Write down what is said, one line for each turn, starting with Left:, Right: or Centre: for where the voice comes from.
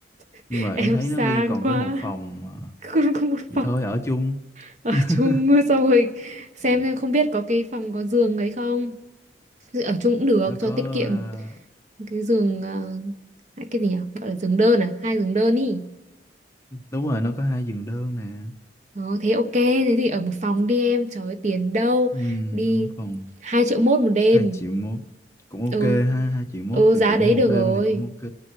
Right: <laughs>
Left: nhưng mà em
Right: em
Left: thấy
Right: sang
Left: nó ghi còn
Right: quá
Left: có một phòng
Right: <laughs>
Left: à,
Right: không có một
Left: gì
Right: phòng
Left: thôi ở chung
Right: ở
Left: <laughs>
Right: chung <laughs> xong rồi xem
Left: Ừ,
Right: xem không biết có cái phòng có giường đấy không ở chung cũng được
Left: nó
Right: cho
Left: có
Right: tiết kiệm
Left: ờ,
Right: cái giường ờ, cái gì nhỉ gọi là giường đơn à hai giường đơn ý
Left: đúng rồi nó có hai giường đơn nè
Right: đó, thế ok thế thì ở một phòng đi em trời ơi, tiền đâu
Left: ừ,
Right: đi
Left: ở phòng
Right: hai triệu mốt một đêm
Left: 2 triệu mốt cũng ok
Right: ừ
Left: ha 2 triệu mốt
Right: ừ
Left: thì
Right: giá
Left: cũng
Right: đấy
Left: một
Right: được
Left: đêm
Right: rồi
Left: thì cũng ok